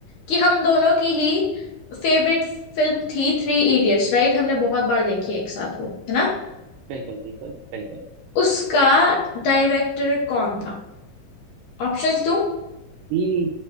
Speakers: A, on the left; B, on the right.
A: कि हम दोनों की ही फेवरेट फिल्म थी थ्री इडियट्स राइट हमने बहुत बार देखी है एक साथ वो है ना
B: बिल्कुल बिल्कुल बिल्कुल
A: उसका डायरेक्टर कौन था ऑप्शंस दूं
B: ये